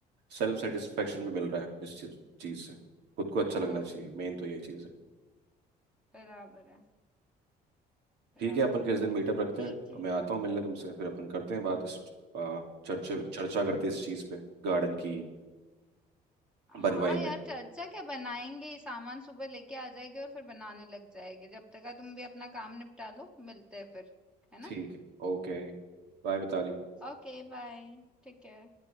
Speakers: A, on the right; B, in the centre.
A: सेल्फ सेटिस्फेक्शन भी मिल रहा है इस चीज़ चीज़ से खुद को अच्छा
B: हाँ
A: लगना चाहिए मेन तो ये चीज़
B: बराबर है बराबर
A: ठीक है अपन
B: है
A: किस दिन मीटअप रखते
B: ठीक
A: हैं
B: है
A: मैं आता हूँ मिलने तुमसे फिर अपन करते हैं बात इस आ, चर्चे चर्चा करते हैं इस चीज़ पे गार्डन की बनवाई
B: हाँ यार
A: में
B: चर्चा क्या बनाएंगे ये सामान सुबह लेके आ जाएंगे और फिर बनाने लग जाएंगे जब तक का तुम भी अपना काम निपटा लो मिलते हैं फिर है
A: ठीक
B: ना
A: है ओके बाय मिताली
B: Okay bye Take care